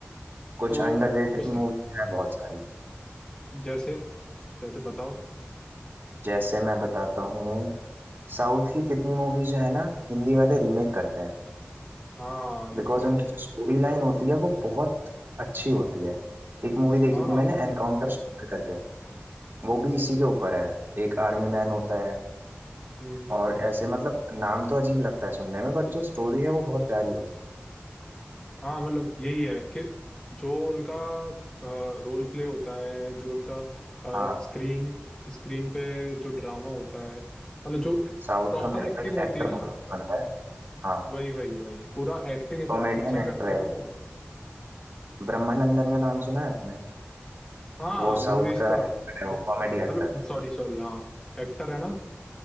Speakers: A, on the right; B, on the left.
A: कुछ
B: तो
A: अंडररेटेड
B: उसकी
A: मूवी है बहुत सारी
B: जैसे जैसे बताओ
A: जैसे मैं बताता हूँ साउथ की कितनी मूवीज जो है ना हिंदी वाले रीमेक करते हैं
B: हाँ ये
A: बिकॉज
B: तो है
A: उनकी स्टोरी लाइन होती है वो बहुत अच्छी होती है एक मूवी देखी
B: हाँ
A: थी मैंने एनकाउंटर सेंटर करके वो भी इसी के ऊपर है एक आर्मी मैन होता है
B: हम्म
A: और ऐसे मतलब नाम तो अजीब लगता है सुनने में बट जो स्टोरी है वो बहुत प्यारी होती है
B: हाँ मतलब यही है कि जो उनका रोल प्ले होता है जो उनका
A: हाँ
B: स्क्रीन स्क्रीन पे जो ड्रामा होता है मतलब जो
A: साउथ
B: प्रॉपर
A: का मेरे
B: एक्टिंग
A: को एक
B: होती
A: एक्टर
B: है
A: बहुत
B: ना
A: पसंद है हाँ
B: वही वही वही पूरा एक्टिंग इतना
A: कॉमेडियन
B: अच्छा करते
A: एक्टर
B: हैं ना
A: है
B: वो
A: ब्रह्मानंदन का नाम सुना है आपने
B: हाँ
A: वो साउथ
B: मूवीज
A: का
B: का
A: एक्टर है वो कॉमेडी
B: मतलब
A: एक्टर
B: सॉरी सॉरी हाँ एक्टर है ना